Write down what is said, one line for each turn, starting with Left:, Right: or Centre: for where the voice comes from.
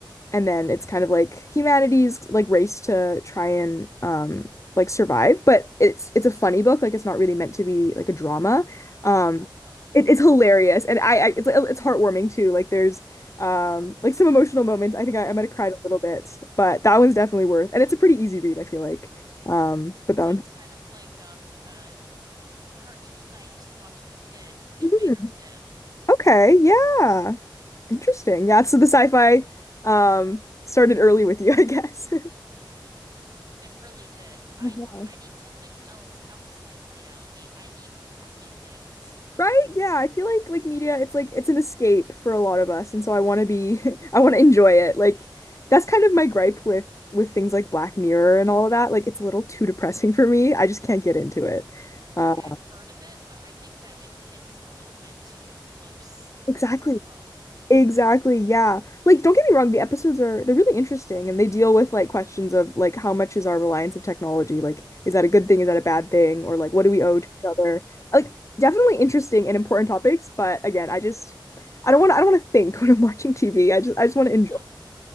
Left: and then it's kind of like humanity's like race to try and um like survive but it's it's a funny book like it's not really meant to be like a drama um
Right: Oh,
Left: it, it's hilarious and I, I it's it's heartwarming too like there's um like some emotional moments I think I, I might have cried
Right: Hmm.
Left: a little bit but that one's definitely worth and it's a pretty easy read I feel like um but
Right: sounds
Left: that one
Right: kind of like um a cartoon that I used to watch as a kid, Invader
Left: Mhm.
Right: Zim.
Left: okay yeah interesting yeah so the sci-fi um started early with you I guess
Right: <laughs> It really did. I
Left: <laughs>
Right: I need something else outside of reality. I need happy things.
Left: Right? Yeah, I feel like like media, it's like it's an escape for a lot of us, and so I want to be <laughs> I want to enjoy it. Like that's kind of my gripe with with things like Black Mirror and all of that. Like it's a little too depressing for me. I just can't get into it. Uh,
Right: Okay, I've heard of it, but I think that it hits a little bit too close
Left: exactly.
Right: to home.
Left: Exactly, yeah. Like, don't get me wrong, the episodes are they're really interesting and they deal with like questions of like how much is our reliance of technology? Like, is that a good thing? Is that a bad thing? Or like what do we owe
Right: hmm
Left: to each other? Like, definitely interesting and important topics, but again, I just I don't want to I don't want to think <laughs> when I'm watching TV. I just I just want to
Right: No.
Left: enjoy